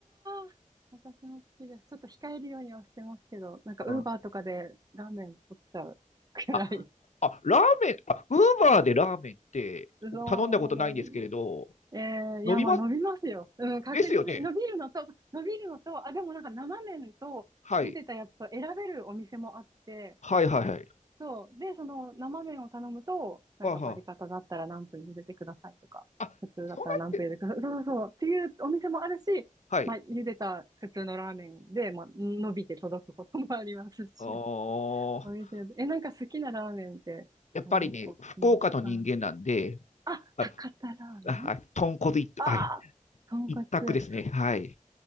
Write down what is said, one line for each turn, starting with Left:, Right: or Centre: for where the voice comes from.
Right: あ。私も好きです。ちょっと控えるようにはしてますけど、なんかウーバーとかでラーメン取っちゃうくらい。
Left: うんあ、あ、ラーメン、あ、ウーバーでラーメンって頼んだことないんですけれど、
Right: そうなん。えー、
Left: 伸びます、
Right: いや、まあ伸びますよ。うん、確実に。
Left: ですよね。
Right: 伸びるのと、伸びるのと、あ、でもなんか生麺と茹でたやつと選べるお店もあって、
Left: はい。はいはいはい。
Right: そう。で、その生麺を頼むと、なんかバリカタだったら何分茹でてくださいとか、
Left: あは。あ、
Right: 普通だったら何分茹でてください。
Left: そうなって、
Right: <laughs> そうそうそう。っていうお店もあるし、
Left: はい。
Right: まあ、茹でた普通のラーメンで、まあ、伸びて届くこともありますし。
Left: あー
Right: <laughs> お店で、え、なんか好きなラーメンってありますおすすめ。
Left: やっぱりね、福岡の人間なんで、
Right: あ、あ、
Left: あ、
Right: 博多ラーメン
Left: あはい、豚骨一、
Right: ああー、
Left: はい、
Right: 豚骨。
Left: 一択ですね。はい。